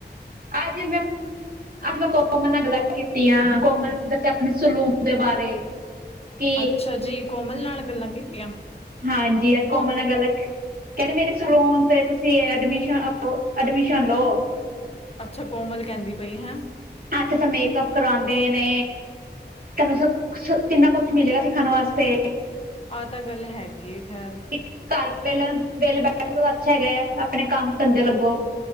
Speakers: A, on the right (about 55°); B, on the left (about 35°).
A: ਅੱਜ ਮੈਂ, ਅੱਜ ਮੈਂ ਕੋ ਮਲ ਨਾਲ ਗੱਲਾਂ ਕੀਤੀਆਂ, ਕੋਮਲ ਨੇ ਦੱਸਿਆਂ ਆਪਣੇ ਸਲੂਨ ਦੇ ਬਾਰੇ। ਕਿ
B: ਅੱਛਾ ਜੀ, ਕੋਮਲ ਨਾਲ ਗੱਲਾਂ ਕੀਤੀਆਂ।
A: ਹਾਂਜੀ, ਅੱਜ ਕੋਮਲ
B: ਕੋਮ
A: ਨ ਗੱਲ ਕਹਿੰਦੇ ਮੇਰੇ ਸਲੂਨ ਤੇ ਤੁਸੀਂ, ਐਡਮਿਸ਼, ਐਡਮਿਸ਼ਨ ਲਓ।
B: ਅੱਛਾ, ਕੋਮਲ ਕਹਿੰਦੀ ਪਈ, ਹੈਂ।
A: ਆਛਾ ਅੱਛਾ ਮੇਕਅੱਪ ਕਰਵਾਉਂਦੇ ਨੇ। ਤੈਨੂੰ ਸ ਸ ਕਿੰਨਾ ਕੁਛ ਮਿਲੇਗਾ, ਸਿੱਖਣ ਵਾਸਤੇ।
B: ਆਹ ਤਾਂ ਗੱਲ ਹੈਗੀ ਖੈਰ।
A: ਇਕ ਘਰ ਵੇ ਵੇਹਲੈ ਬੈਠ ਤੋਂ ਅੱਛਾ ਹੈਗਾ ਹੈ, ਆਪਣੇ ਕੰਮ ਧੰਦੇ ਲੱਗੋਂ।